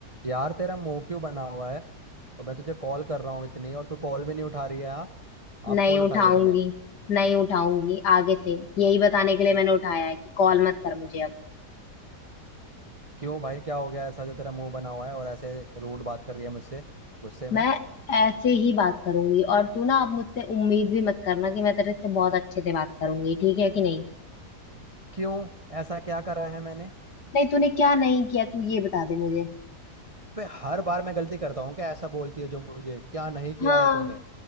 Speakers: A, on the right; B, on the left.
A: यार तेरा मुंह क्यों बना हुआ है तो मैं तुझे कॉल कर रहा हूँ इतनी और तू कॉल भी नहीं उठा रही है हाँ आप
B: नहीं
A: कॉल
B: उठाऊंगी
A: उठाइए तूने
B: नहीं उठाऊंगी आगे से यही बताने के लिए मैंने उठाया है कि कॉल मत कर मुझे अब
A: क्यों भाई क्या हो गया ऐसा जो तेरा मुंह बना हुआ है और ऐसे रूड बात कर रही है मुझसे गुस्से में
B: मैं ऐसे ही बात करूंगी और तू ना अब मुझसे उम्मीद भी मत करना कि मैं तेरे से बहुत अच्छे से बात करूंगी ठीक है कि नहीं
A: क्यों ऐसा क्या करा है मैंने
B: नहीं तूने क्या नहीं किया तू ये बता दे मुझे
A: पे हर बार मैं गलती करता हूँ क्या ऐसा बोलती है जो मुझे क्या नहीं किया
B: हाँ
A: है तूने